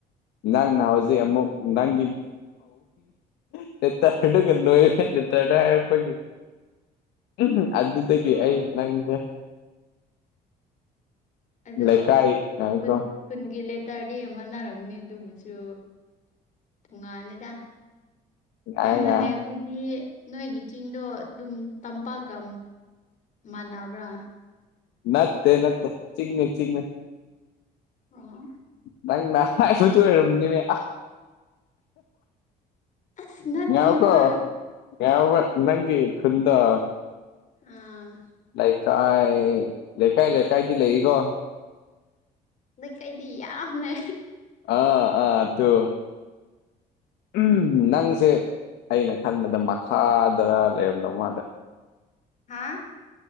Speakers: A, on the left (about 80°); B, on the left (about 45°).
A: ꯅꯪꯅ ꯍꯧꯖꯤꯛ ꯑꯃꯨꯛ ꯅꯪꯒꯤ <unintelligible> ꯂꯦꯇꯔ ꯗꯒ ꯂꯣꯏꯔꯦ ꯂꯦꯇꯔ ꯗ ꯍꯥꯢꯔꯛꯄꯒꯤ ꯎꯝ
B: ꯑꯣ
A: ꯇꯤ ꯑꯩ ꯅꯪꯖꯦ
B: ꯑꯗꯣ
A: ꯂꯩꯀꯥꯏ ꯉꯥꯏꯈꯣ
B: ꯈꯨꯟ ꯈꯨꯟꯒꯤ ꯂꯦꯇꯔꯗꯤ ꯑꯃꯅꯔꯝꯅꯤ ꯑꯗꯨꯕꯨꯁꯨ ꯇꯣꯡꯉꯥꯅꯤꯗ
A: ꯉꯥꯏ
B: ꯅꯪꯅ
A: ꯉꯥꯏ
B: ꯍꯥꯏꯕꯗꯨꯗꯤ ꯅꯣꯏꯒꯤ ꯆꯤꯡꯗꯣ ꯑꯗꯨꯝ ꯇꯝꯄꯥꯛꯀ ꯃꯥꯟꯅꯕ꯭ꯔꯥ
A: ꯅꯠꯇꯦ ꯅꯠꯇꯦ ꯆꯤꯡꯅꯦ ꯆꯤꯡꯅꯦ
B: ꯑꯣ
A: ꯅꯪꯅ ꯍꯥꯏꯁꯨꯁꯨ ꯑꯣꯏꯔꯝꯅꯤꯃꯦ
B: ꯑꯁ ꯅꯠꯇꯦꯕ
A: ꯌꯥꯎꯀꯣ ꯌꯥ ꯅꯪꯒꯤ ꯈꯨꯟꯗꯣ
B: ꯑꯥ
A: ꯂꯩꯀꯥꯏ ꯂꯩꯀꯥꯏ ꯂꯩꯀꯥꯏꯗꯤ ꯂꯩꯔꯤ ꯒꯣ
B: ꯂꯩꯀꯥꯏꯗꯤ ꯌꯥꯝ ꯂꯩ
A: ꯑꯥ ꯑꯥ ꯑꯗꯨ ꯎꯝ ꯅꯪꯁꯦ ꯑꯩꯅ ꯈꯟꯕꯗ ꯃꯈꯥꯗꯔ ꯂꯩꯔꯝꯗꯧ ꯃꯥꯜꯂꯦ
B: ꯍꯥꯥ